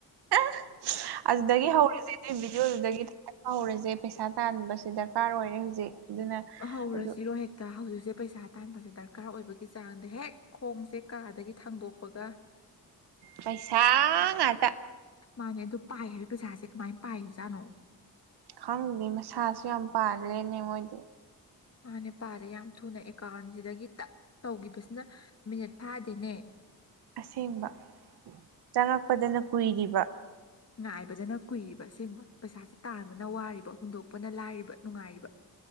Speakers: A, on the right; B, on the left.
A: <inaudible> ꯑꯗꯨꯗꯒꯤ ꯍꯧꯔ‌ꯦꯁꯦ ꯅꯣꯏ ꯚꯤꯗꯤꯑꯣꯗꯨꯗꯒꯤ ꯊꯥꯒꯠꯄ ꯍꯧꯔꯁꯦ ꯄꯩꯁꯥ ꯇꯥꯟꯕꯁꯦ ꯗꯔꯀꯥꯔ ꯑꯣꯏꯔꯦ ꯍꯧꯖꯤꯛ ꯑꯗꯨꯅ
B: ꯍꯧꯔꯁꯤꯔꯣ
A: ꯑꯗꯨ
B: ꯍꯦꯛ ꯍꯧꯖꯤꯛꯁꯦ ꯄꯩꯁꯥ ꯇꯥꯟꯕꯁꯦ ꯗꯔꯀꯥꯔ ꯑꯣꯏꯕꯒꯤ ꯆꯥꯡꯗ ꯍꯦꯛ ꯈꯣꯡꯁꯦ ꯀꯥꯗꯒꯤ ꯊꯥꯡꯗꯣꯛꯄꯒ
A: ꯄꯩꯁꯥ ꯉꯥꯛꯇ
B: ꯃꯥꯅꯦ ꯑꯗꯨ ꯄꯥꯏ ꯍꯥꯏꯕ ꯄꯩꯁꯥꯁꯦ ꯀꯃꯥꯏꯅ ꯄꯥꯏꯔꯤꯖꯥꯠꯅꯣ
A: ꯈꯪꯗꯦ ꯃꯁꯥꯁꯨ ꯌꯥꯝ ꯄꯥꯜꯂ‌ꯦꯅꯦ ꯃꯣꯏꯗꯤ
B: ꯃꯥꯅꯦꯄꯥꯜꯂ‌ꯦ ꯌꯥꯝ ꯊꯨꯅ ꯑꯦꯀꯥꯎꯟꯖꯤꯗꯒꯤ ꯇꯛ ꯇꯧꯈꯤꯕꯁꯤꯅ ꯃꯤꯅꯤꯠ ꯐꯥꯗꯦꯅꯦ
A: ꯑꯁꯦꯡꯕ ꯆꯪꯉꯛꯄꯗꯅ ꯀꯨꯏꯔꯤꯕ
B: ꯉꯥꯏꯕꯗꯅ ꯀꯨꯏꯔꯤꯕ ꯑꯁꯦꯡꯕ ꯄꯩꯁꯥꯁꯦ ꯇꯥꯟꯕꯅ ꯋꯥꯔꯤꯕ ꯍꯨꯟꯗꯣꯛꯄꯅ ꯂꯥꯏꯔꯤꯕ ꯅꯨꯡꯉꯥꯏꯔꯤꯕ